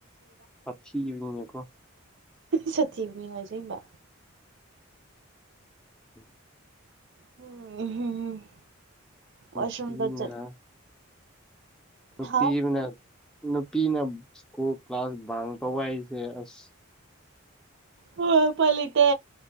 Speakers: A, in the centre; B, on the right.
A: ꯋꯥꯊꯤ <unintelligible> ꯅꯤꯅꯀꯣ
B: ꯁꯥꯊꯤꯕꯅ‌ꯦ <unintelligible> ꯑꯁ‌‌ꯦꯡꯕ
A: ꯎꯝ
B: <unintelligible>
A: ꯅꯨꯄꯤꯅ
B: ꯋꯥꯁꯔꯨꯝꯗ ꯆꯠ
A: ꯅꯨꯄꯤ
B: ꯍꯥ
A: ꯑꯃꯅ ꯅꯨꯄꯤꯅ ꯁ꯭ꯀꯨꯜ ꯀ꯭ꯂꯥꯁ ꯕꯥꯡ ꯇꯧꯕ ꯍꯥꯏꯁꯦ ꯑꯁ
B: ꯍꯣꯏ ꯎꯄꯥꯏ ꯂꯩꯇꯦ